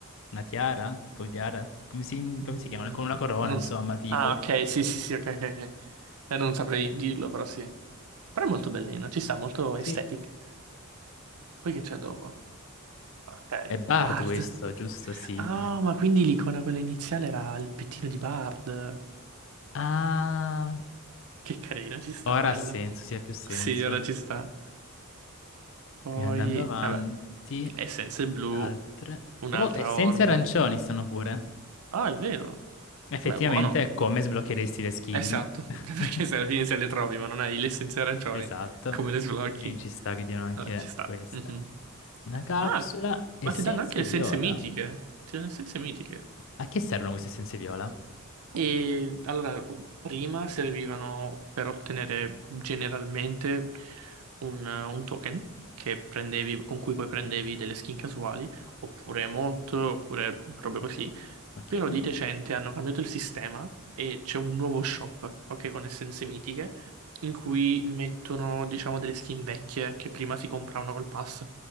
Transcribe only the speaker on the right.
Mm,
non
s-
Ah, ok, sì, sì, sì, ok, ok, ok. Eh, non saprei dirlo, però sì. Però è molto bellino, ci sta, molto aesthetic.
Poi che c'è dopo? Ok,
Bard.
Ah, ma quindi l'icona quella iniziale era il pettino di Bard.
Che carina, ci sta,
bello.
Sì, ora ci sta. Poi,
vabbè, essenze blu,
un'altra
orb.
Ah, è vero.
Beh, buono.
Esatto,
<laughs> perché se alla fine se le trovi, ma non hai le essenze arancioni,
come le sblocchi?
Vabbè, ci sta.
Mhm.
Ah,
ma ti danno anche le
essenze mitiche. Ti danno essenze mitiche.
E allora, prima servivano per ottenere generalmente un, un token che prendevi, con cui poi prendevi delle skin casuali, oppure emote, oppure robe così.
Però di recente hanno cambiato il sistema e c'è un nuovo shop, ok, con essenze mitiche, in cui mettono, diciamo, delle skin vecchie che prima si compravano col pass.